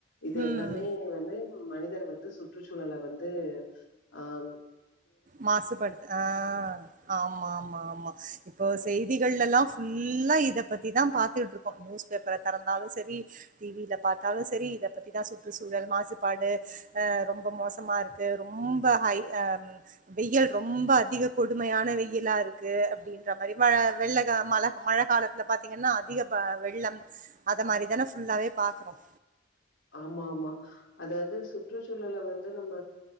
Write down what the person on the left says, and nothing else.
இது
எல்லாமே வந்து மனிதர் வந்து சுற்றுச்சூழல வந்து ஆஹ்
ஆமா ஆமா அதாவது சுற்றுச்சூழல வந்து நம்ம